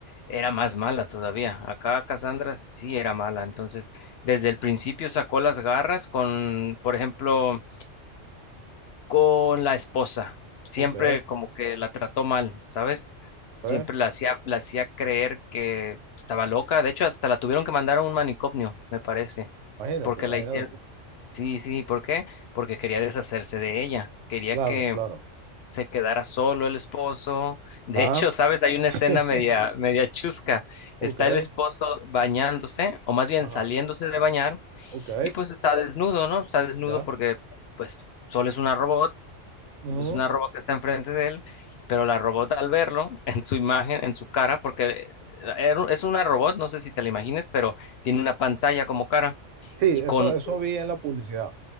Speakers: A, on the left; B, on the right.
A: era más mala todavía. Acá Cassandra sí era mala, entonces desde el principio sacó las garras con, por ejemplo, con la esposa. Siempre
B: Ok,
A: como que la trató mal, ¿sabes? Siempre
B: ok.
A: la hacía, la hacía creer que estaba loca. De hecho, hasta la tuvieron que mandar a un manicomio, me parece,
B: Imagínate,
A: porque
B: imagínate
A: la hicieron.
B: tú.
A: Sí, sí, ¿por qué? Porque quería deshacerse de ella. Quería
B: Claro,
A: que
B: claro.
A: se quedara solo el esposo. <laughs> De
B: Ah,
A: hecho, ¿sabes? Hay una
B: <laughs>
A: escena media, media chusca. Está
B: ok.
A: el esposo bañándose, o más bien
B: Ajá.
A: saliéndose de bañar,
B: Ok,
A: y pues está desnudo, ¿no? Está desnudo
B: ya.
A: porque pues solo es una robot
B: Ujú.
A: es una robot que está enfrente de él, pero la robot al verlo, en su imagen, en su cara, porque era un- es una robot, no sé si te la imagines, pero tiene una pantalla como cara.
B: Sí,
A: Y con,
B: eso, eso vi en la publicidad.